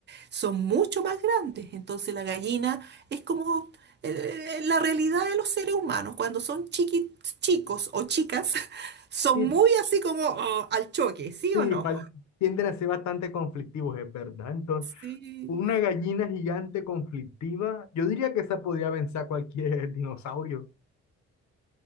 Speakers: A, on the right (about 35°); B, on the left (about 70°).
A: son mucho más grandes. Entonces la gallina es como eh, eh, la realidad de los seres humanos. Cuando son chiqui- chicos o chicas, <laughs> son
B: Sí,
A: muy así como oh, al choque, ¿sí
B: sí,
A: o no?
B: fal- tienden a ser bastante conflictivos, es verdad. Entonces,
A: Sí.
B: una gallina gigante conflictiva, yo diría que esa podría vencer a cualquier <laughs> dinosaurio.